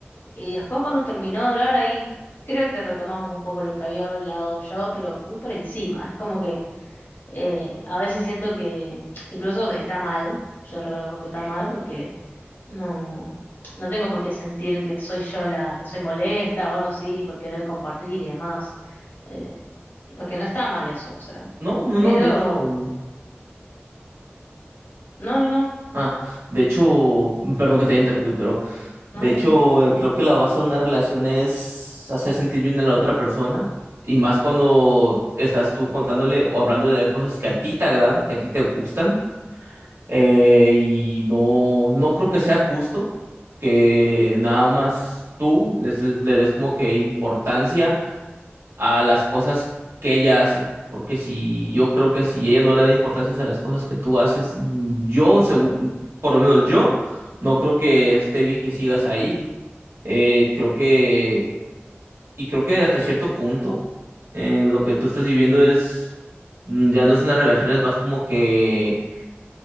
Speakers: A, on the left; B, on the right.
A: Y después cuando terminó de hablar ahí, creo que retomamos un poco lo que había hablado yo, pero muy por encima. Es como que eh, a veces siento que incluso está mal, yo reconozco que está mal porque no, no tengo por qué sentir que soy yo la que soy molesta o algo así por querer compartir y demás. eh, porque no está mal eso, o sea.
B: No, no,
A: Pero...
B: no, de hecho. ujú.
A: No, no, no,
B: Ah, de hecho, mm, perdón que te haya interrumpido, pero
A: no,
B: de hecho,
A: no.
B: eh, creo que la base de una relación es hacer sentir bien a la otra persona. Y más cuando estás tú contándole o hablándole de cosas que a ti te agradan, que a ti te gustan Eh, y no, no creo que sea justo que nada más tú les- le des como que importancia a las cosas que ella hace. Porque si yo creo que si ella no le da importancia a las cosas que tú haces, mm, yo, segu- por lo menos yo, no creo que esté bien que sigas ahí. Eh, creo que, y creo que hasta cierto punto, eh, lo que tú estás viviendo es, mm, ya no es una relación, es más como que